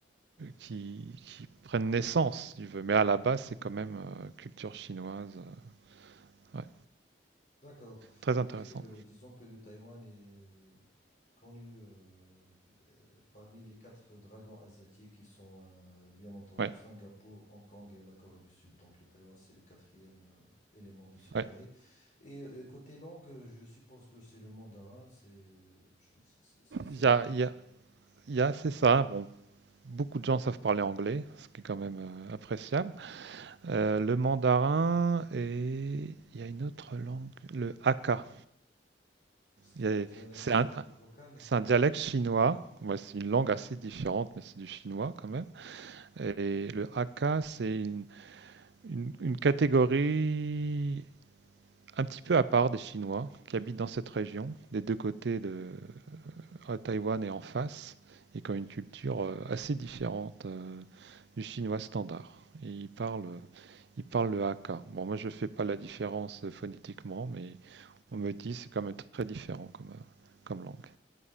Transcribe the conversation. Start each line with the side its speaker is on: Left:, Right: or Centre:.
Right: qui, qui prennent naissance, si tu veux. Mais à la base, c'est quand même euh, culture chinoise. euh, ouais.
Left: D'accord.
Right: Très intéressant.
Left: Et euh, disons que le Taïwan est euh, connu euh, euh, parmi les quatre dragons asiatiques qui sont euh, bien entendu
Right: Ouais,
Left: Singapour, Hong Kong et la Corée du Sud. Donc le Taïwan, c'est le quatrième euh, élément de ce carré.
Right: ouais.
Left: Et euh, côté langue, euh, je suppose que c'est le mandarin, c'est je- c'est c'est- c'est- c'est
Right: Il y
Left: le
Right: a,
Left: cas.
Right: il y a- il y a- c'est ça. Bon, beaucoup de gens savent parler anglais, ce qui est quand même euh, appréciable. Euh, le mandarin et il y a une autre langue, le Hakka.
Left: C'est
Right: Il y
Left: un
Right: a-
Left: dialecte
Right: C'est un,
Left: euh, local.
Right: c'est un dialecte chinois. Ouais, c'est une langue assez différente, mais c'est du chinois quand même. Et le Hakka, c'est une, une- une catégorie un petit peu à part des Chinois qui habitent dans cette région, des deux côtés de, à Taïwan est en face et qui ont une culture euh, assez différente euh, du chinois standard. Et ils parlent, ils parlent le Hakka. Bon, moi, je fais pas la différence euh, phonétiquement, mais on me dit c'est quand même très différent comme, euh, comme langue.